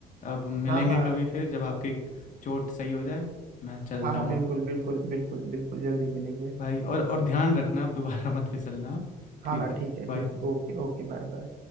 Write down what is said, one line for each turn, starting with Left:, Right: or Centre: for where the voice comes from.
Left: अब मिलेंगे
Right: हाँ हाँ
Left: कभी फिर जब आपकी चोट सही हो जाए मैं चलता
Right: हाँ हाँ
Left: हूँ
Right: बिल्कुल
Left: अब
Right: बिल्कुल बिल्कुल बिल्कुल जल्दी मिलेंगे
Left: भाई और और ध्यान रखना अब दोबारा <laughs> मत फिसलना आप
Right: हाँ
Left: ठीक
Right: हाँ
Left: है
Right: ठीक है ठीक
Left: बाय
Right: है ओके ओके बाय बाय